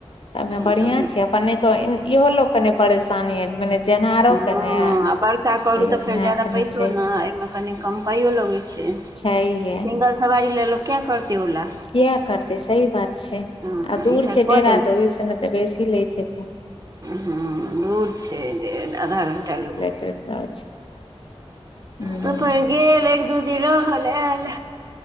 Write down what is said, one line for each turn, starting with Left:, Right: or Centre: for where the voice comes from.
Left: तमे
Right: जायत
Left: बढ़ियां छय, अपने क इहो लोककेँ नहि परेशानी अय मने जेनहारो
Right: हं-हं
Left: के ने
Right: आ बड़का करू
Left: तैयो
Right: तऽ
Left: केनहार
Right: फेर ज्यादा
Left: के ने
Right: पैसो
Left: छै
Right: न, एहिमे कनि कम पाइयो लगै छै।
Left: छैहे।
Right: सिंगल सवारी लेल लोक किया करतै ओला।
Left: कियाऽ करतै सही बात छै,
Right: हँ
Left: आ दूर
Right: इएह
Left: छै
Right: कऽ
Left: डेरा तऽ ओहि सब में तऽ बेसी लैत हेतै।
Right: हूं दूर छै डे आधा घंटा लगै छय।
Left: <unintelligible> हूं
Right: तऽ फेर गेल एक दू दिन रहल ऐंल।